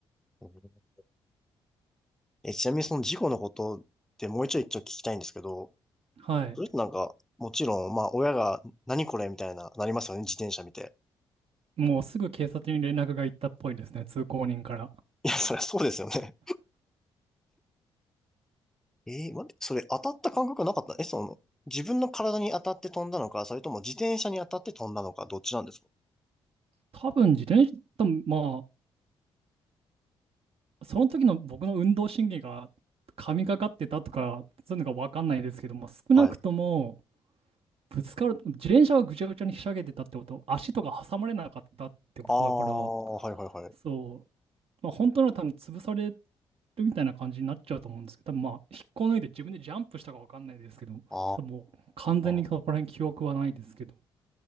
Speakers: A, in the centre; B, on the right (about 50°).
A: うんえ、ちなみにその事故のことってもう一度一応聞きたいんですけど、
B: はい。
A: それってなんか、もちろん、まあ親が何これみたいな、なりますよね、自転車見て。
B: もうすぐ警察に連絡が行ったっぽいですね、通行人から。
A: いや、そりゃそうですよね。えー待って、それ当たった感覚なかったえ、その、自分の体に当たって飛んだのか、それとも自転車に当たって飛んだのか、どっちなんですか
B: 多分自転車、多分まあ、その時の僕の運動神経が神がかってたとか、そういうのが分かんないですけども、少なくとも、
A: はい。
B: ぶつかる、自転車はぐちゃぐちゃにひしゃげてたってこと、足とか挟まれなかったってことだから、
A: ああ、はいはいはい。
B: そうまあ、本当なら多分潰されるみたいな感じになっちゃうと思うんですけど、多分まあ、引っこ抜いて自分でジャンプしたかわかんないですけど、
A: あ
B: 多分もう完全にそこら辺記憶はないですけど、
A: あ。